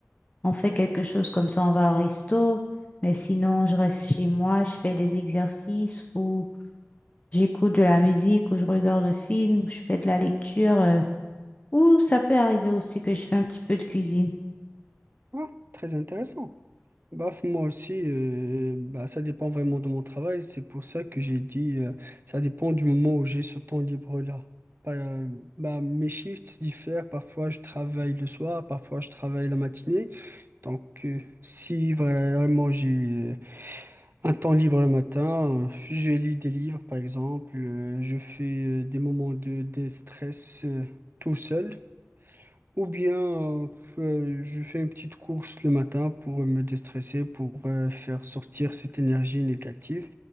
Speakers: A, on the left (about 30°); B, on the right (about 45°).
A: On fait quelque chose comme ça, on va au resto, mais sinon, je reste chez moi, je fais des exercices ou j'écoute de la musique ou je regarde un film, ou je fais de la lecture, euh, ou ça peut arriver aussi que je fais un petit peu de cuisine.
B: Ah, très intéressant. Bah, f- moi aussi, euh, bah, ça dépend vraiment de mon travail. C'est pour ça que j'ai dit, euh, ça dépend du moment où j'ai ce temps libre-là. Par- euh, bah, mes shifts diffèrent. Parfois, je travaille le soir, parfois, je travaille la matinée. Donc, euh, si vraiment j'ai euh, un temps libre le matin, euh, je lis des livres, par exemple, euh, je fais euh, des moments de déstress euh, tout seul, ou bien euh, euh, je fais une petite course le matin pour me déstresser, pour euh, faire sortir cette énergie négative.